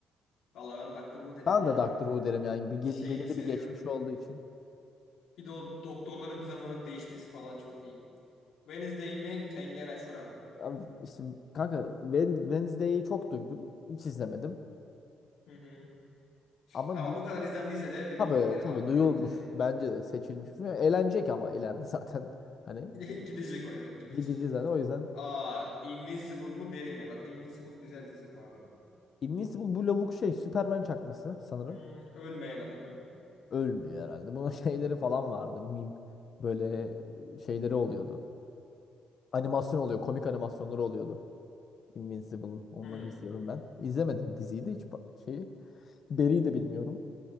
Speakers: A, on the left; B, on the left.
A: Vallahi ben Doctor Who derim
B: Ben
A: ya.
B: de Doctor
A: Doctor
B: Who
A: Who'nun
B: derim yani. Bir,
A: şeyini
B: gel- belirli
A: seviyorum.
B: bir geçmiş olduğu için.
A: Bir de o doktorların düzenli olarak değişmesi falan çok iyi. Wednesday mi? Kengen Ashura mı?
B: Abi işte kanka Wed- Wednesday'i çok duydum. Hiç izlemedim.
A: Hı hı.
B: Ama
A: Ama
B: du-
A: bu kadar izlendiyse de bir
B: tabii
A: bildikleri
B: tabii
A: vardır
B: duyulmuş.
A: bence.
B: Bence de seçilmiş. Eğlenecek ama ileride <laughs> zaten. Hani
A: <laughs> Gidecek o evet gidecek.
B: gideceğiz zaten. O yüzden
A: Aa Invincible mu Barry mi? Bak Invincible güzel dizi bu arada.
B: Invincible bu lavuk şey Superman çakması sanırım.
A: Hmm, ölmeyen adam evet.
B: Ölmüyor herhalde. Bunun <laughs> şeyleri falan vardı. Meme. Böyle şeyleri oluyordu. animasyon oluyor. Komik animasyonları oluyordu. Invincible'ın. Onları
A: Hmm.
B: izliyorum ben. İzlemedim diziyi de hiç ba- şeyi. Barry'i de bilmiyorum.